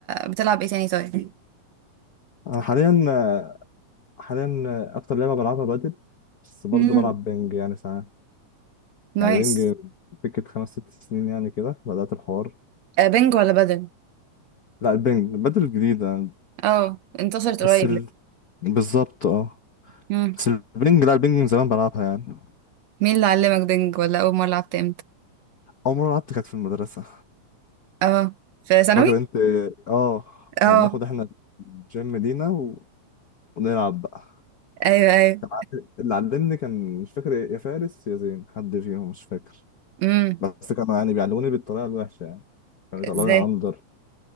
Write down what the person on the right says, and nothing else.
بتلعب ايه تاني طيب
امم
نايس
آه بنج ولا بدل
اه انتصرت
قريب
لسه.
مم.
مين اللي علمك بنج ولا اول مره لعبت امتى
اه في ثانوي
اه
ايوه ايوه
امم
ازاي